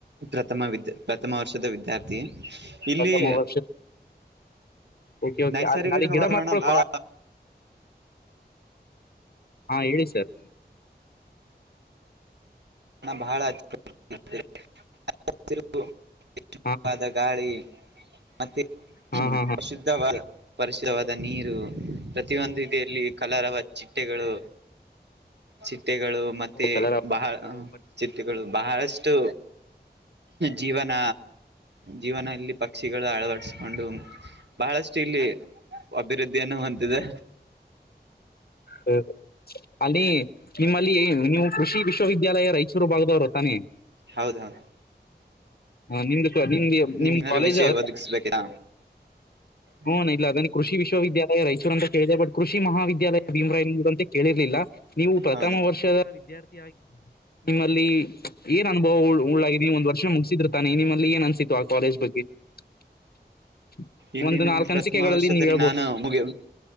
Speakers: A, on the right; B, on the left.
A: ಪ್ರಥಮ ವಿದ್ ಪ್ರಥಮ ವರ್ಷದ ವಿದ್ಯಾರ್ಥಿ ಇಲ್ಲಿ
B: ಪ್ರಥಮ ವರ್ಷ ಓಕೆ ಓಕೆ
A: ನೈಸರ್ಗಿಕ
B: ಅ ಹಾಲಿ ಗಿಡ
A: ವಾತಾವರಣ
B: ಮರಗಳು
A: ಬಹಳ
B: ಬಾಳ್ ಹಾ ಹೇಳಿ ಸರ್
A: ಬಹಳಚ್ಚ ಹಸಿರು <unintelligible> ದಟ್ಟವಾದ
B: ಹಾ
A: ಗಾಳಿ ಮತ್ತೆ
B: ಹಾ ಹಾ ಹಾ
A: ಶುದ್ಧವಾದ ಪರಿಶುದ್ಧವಾದ ನೀರು ಪ್ರತಿಯೊಂದು ಇದೆ ಇಲ್ಲಿ ಕಲರ್ವ ಚಿಟ್ಟೆಗಳು ಚಿಟ್ಟೆಗಳು <unintelligible>
B: ಕಲರವ
A: ಬಹಳ
B: ಚಿಟ್ಟೆಗಳು
A: ಚಿಟ್ಟೆಗಳು ಬಹಳಷ್ಟು ಜೀವನ ಜೀವನದಲ್ಲಿ ಪಕ್ಷಿಗಳು ಅಳವಡಿಸಿಕೊಂಡು ಬಹಳಷ್ಟು <unintelligible> ಇಲ್ಲಿ ಅಭಿವೃದ್ಧಿಯನ್ನು ಹೊಂದಿದೆ
B: ಹ ಅಲ್ಲಿ ನಿಮ್ಮಲ್ಲಿ ನೀವು ಕೃಷಿ ವಿಶ್ವವಿದ್ಯಾಲಯ ರಾಯಚೂರು ಭಾಗದವರು ತಾನೆ
A: ಹೌದ ಹೌದು
B: ಹಾ ನಿಮ್ದು ನಿಮ್ದು
A: ನಿಮ್ಗೆ
B: ನಿಮ್
A: ಏನಾದ್ರು
B: ಕಾಲೇಜ್
A: ವಿಷಯ
B: ಅಳವ
A: ಒದಗಿಸ್ಬೇಕಾ ಹ್ಮ್
B: ಹ್ನ್ ಇಲ್ ಅದೇನಿ ಕೃಷಿ ವಿಶ್ವಿದ್ಯಾಲಯ ರೈಚೂರು ಅಂತ ಕೇಳಿದೆ ಬಟ್ ಕೃಷಿ ಮಾಹ ವಿದ್ಯಾಲಯ ಭೀಮ್ರಾ ಎುದಂತೆ ಕೇಳಿರ್ಲಿಲ್ಲ ನೀವು ಪ್ರಥಮ
A: ಹೌದು
B: ವರ್ಷದ ವಿದ್ಯಾರ್ಥಿ ಆಗ ನಿಮ್ಮಲ್ಲಿ ಏನ್ ಅನುಭವ ಉಳ್ಳಿದ ಒಂದ್ ವರ್ಷ ಮುಗಿಸಿದ್ರ <unintelligible> ತಾನೆ ನಿಮ್ಮಲ್ಲಿ ಏನ್ ಅನ್ಸತ್ತು ಆ ಕಾಲೇಜ್ ಬಗ್ಗೆ <unintelligible>
A: ಇಲ್ಲಿ ನಮ್ಗೆ
B: ನಾಲ್ಕು
A: ಪ್ರಥಮ
B: ಅನಿಸಿಕೆಗಳಲ್ಲಿ
A: ವರ್ಷದಲ್ಲಿ
B: ನೀವ್ ಹೇಳ್ಬೋದು
A: ನಾನು ಮುಗ